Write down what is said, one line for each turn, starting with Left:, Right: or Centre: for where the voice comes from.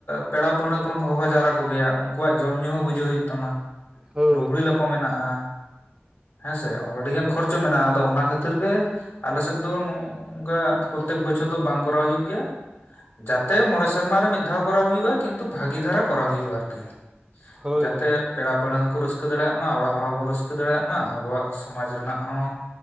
Left: ᱯᱮᱲᱟ ᱯᱟᱹᱲᱦᱟᱹ ᱠᱚᱢ ᱦᱚᱸᱦᱚᱸ ᱡᱟᱣᱨᱟ ᱠᱚᱜᱮᱭᱟ, ᱩᱱᱠᱩᱣᱟᱜ ᱡᱚᱢ ᱧᱩᱸ ᱦᱚᱸ ᱵᱩᱡᱷᱟᱹᱣ ᱦᱩᱸᱭᱩᱜ ᱛᱟᱢᱟ ᱾
Right: ᱦᱳᱭ ᱦᱳᱭ
Left: ᱞᱩᱜᱲᱤ ᱞᱟᱯᱚ ᱢᱮᱱᱟᱜᱼᱟ ᱦᱮᱸᱥᱮ ᱾ ᱟᱹᱰᱤᱜᱟᱱ ᱠᱷᱚᱨᱪᱟ ᱪᱚ ᱢᱮᱱᱟᱜᱼᱟ᱾ ᱟᱫᱚ ᱚᱱᱟ ᱠᱷᱟᱹᱛᱤᱨ ᱜᱮ ᱟᱞᱮ ᱥᱮᱫ ᱫᱚ ᱱᱚᱝᱠᱟ ᱯᱨᱚᱛᱮᱠ ᱵᱚᱪᱷᱚᱨ ᱫᱚ ᱵᱟᱝ ᱠᱚᱨᱟᱣ ᱦᱩᱸᱭᱩᱜ ᱜᱮᱭᱟ᱾ ᱡᱟᱛᱮ ᱢᱚᱬᱮ ᱥᱮᱨᱢᱟ ᱨᱮ ᱢᱤᱫ ᱫᱷᱟᱹᱣ ᱠᱚᱨᱟᱣ ᱦᱩᱭᱩᱜᱼᱟ᱾ ᱠᱤᱱᱛᱩ ᱵᱷᱟᱹᱜᱤ ᱫᱷᱟᱹᱨᱟ ᱠᱚᱨᱟᱣ ᱦᱩᱭᱩᱜᱼᱟ ᱟᱨᱠᱤ ᱾
Right: ᱦᱳᱭ
Left: ᱡᱟᱛᱮ
Right: ᱦᱳᱭ,
Left: ᱯᱮᱲᱟ ᱯᱟᱹᱲᱦᱟᱹ ᱦᱚᱸᱠᱚ ᱨᱟᱹᱥᱠᱟᱹ ᱫᱟᱲᱮ ᱭᱟᱜ ᱢᱟ ᱚᱲᱟᱜ ᱦᱚᱲ ᱵᱚᱱ ᱨᱟᱹᱥᱠᱟᱹ ᱫᱟᱲᱮᱭᱟᱜ ᱢᱟ, ᱟᱵᱚᱣᱟᱜ ᱥᱚᱢᱟᱡᱽ ᱨᱮᱱᱟᱜ ᱦᱚᱸ